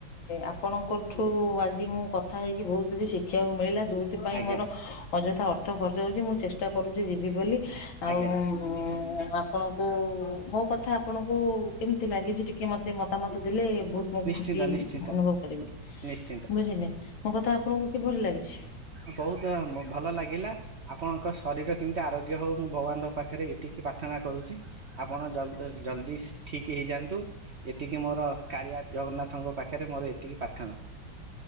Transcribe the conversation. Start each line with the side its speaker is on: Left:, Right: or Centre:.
Left: ଆକୁ ଆପଣଙ୍କଠୁ ଆଜି ମୁଁ କଥା ହେଇକି ବହୁତ କିଛି ଶିଖିବାକୁ ମିଳିଲା ଯୋଉଥିପାଇଁ
Right: ଆଜ୍ଞା
Left: ମୋର ଅଯଥା ଅର୍ଥ ଖର୍ଚ୍ଚ ହଉଛି ମୁଁ ଚେଷ୍ଟା କରୁଛି ଯିବି ବୋଲି ଆଉ
Right: ଆଜ୍ଞା
Left: ହଁ ଆପଣଙ୍କୁ ମୋ କଥା ଆପଣଙ୍କୁ କେମିତି ଲାଗିଛି ଟିକେ ମତେ ମତାମତ ହେଲେ ବୁ ମୁଁ
Right: ନିଶ୍ଚିନ୍ତ
Left: ଖୁସି
Right: ନିଶ୍ଚିନ୍ତ
Left: ଅନୁଭବ କରିବି
Right: ନିଶ୍ଚିନ୍ତ
Left: ବୁଝିଲି ମୋ କଥା ଆପଣଙ୍କୁ କିଭଳି ଲାଗିଛି।
Right: ବୋହୁତୁ ଭଲ ଲାଗିଲା, ଆପଣଙ୍କ ଶରୀର କେମିତି ଆରୋଗ୍ୟ ହଉ ମୁଁ ଭଗବାନଙ୍କ ପାଖରେ ଏତିିକେ ପ୍ରାର୍ଥନା କରୁଛି। ଆପଣ ଜ- ଜଲଦି ଠିକ୍ ହେଇଯାଆନ୍ତୁ, ଏତିକି ମୋର କାଳିଆ। ଜଗନ୍ନାଥଙ୍କ ପାଖରେ ମୋର ଏତିକି ପ୍ରାର୍ଥନା।